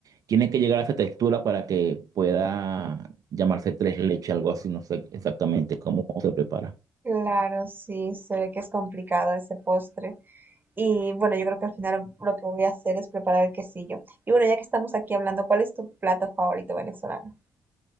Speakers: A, on the right; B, on the right.
A: Tiene que llegar a esa textura para que pueda llamarse tres leches, algo así, no sé exactamente cómo se prepara.
B: Claro, sí, se ve que es complicado ese postre. Y bueno, yo creo que al final lo que voy a hacer es preparar el quesillo. Y bueno, ya que estamos aquí hablando, ¿cuál es tu plato favorito venezolano?